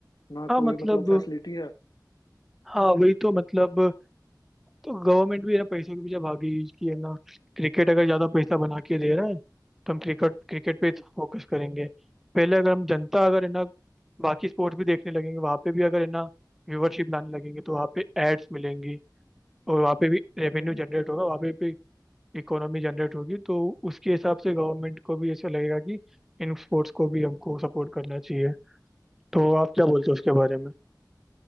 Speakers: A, on the left; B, in the centre.
A: ना
B: हाँ
A: कोई
B: मतलब
A: मतलब फैसिलिटी है
B: हाँ वही तो मतलब तो गवर्नमेंट भी ना पैसों के पीछे भागी कि है ना क्रिकेट अगर ज्यादा पैसा बना के दे रहा है तो हम क्रिकेट क्रिकेट पे
A: हम्म,
B: फोकस करेंगे पहले अगर हम जनता अगर है ना बाकी स्पोर्ट्स भी देखने लगेंगे वहाँ पे भी अगर है ना व्यूवरशिप लाने लगेंगे तो वहाँ पे एड्स मिलेंगी और वहाँ पे भी रेवेन्यू
A: हम्म, हम्म।
B: जनरेट होगा वहाँ पे भी इकोनॉमी जनरेट होगी तो उसके हिसाब से गवर्नमेंट को भी ऐसा लगेगा कि इन स्पोर्ट्स को भी हमको सपोर्ट करना चाहिए तो आप क्या बोलते हो उसके बारे में